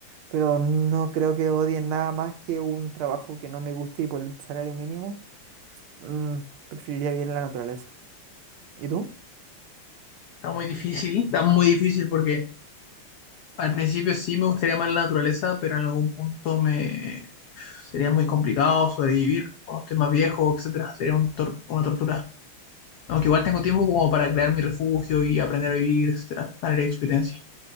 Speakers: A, on the right (about 80°); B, on the left (about 85°).
A: pero no creo que odien nada más que un trabajo que no me guste y por el salario mínimo, mm, preferiría vivir en la naturaleza. ¿Y tú?
B: Está muy difícil, está muy difícil porque al principio sí me gustaría más la naturaleza, pero en algún punto me sería muy complicado sobrevivir cuando esté más viejo, etcétera. Sería un tor- una tortura. Aunque igual tengo tiempo como para crear mi refugio y aprender a vivir, etcétera, ganar experiencia.